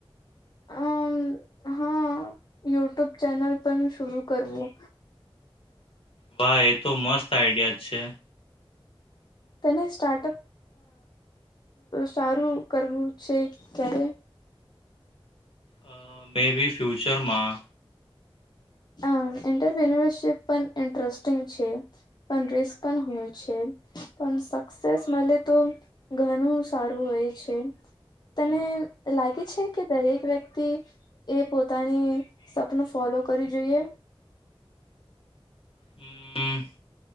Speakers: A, on the left; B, on the left.
A: અમ, હા યુટ્યુબ ચેનલ પણ શરૂ કરવું.
B: બા એ તો મસ્ત. આઈડિયા છે.
A: તેને સ્ટાર્ટઅપ સારું કરવું છે ક્યારે?
B: અ.. મે બી ફ્યુચરમાં.
A: આમ, ઇન્ટરપિન્યરશીપ પણ ઇન્ટરેસ્ટિંગ છે, પણ રિસ્ક પણ હોય છે, પણ સક્સેસ મળે તો ઘણું સારું હોય છે. તને લાગે છે કે દરેક વ્ય થી એ પોતાની. સપનું ફોલો કરવી જોઈએ?
B: હમ્મ.